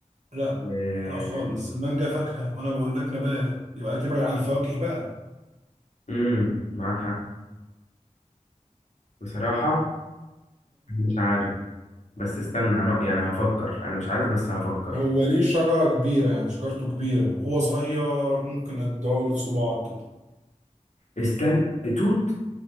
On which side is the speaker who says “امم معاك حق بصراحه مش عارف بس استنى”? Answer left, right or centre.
Left